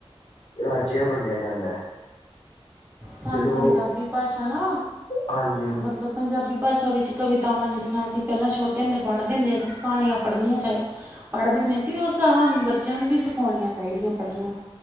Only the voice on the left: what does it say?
ਰਾਜਿਆਂ ਵੰਡਿਆ ਜਾਂਦਾ।
ਜਦੋਂ
ਹਾਂਜੀ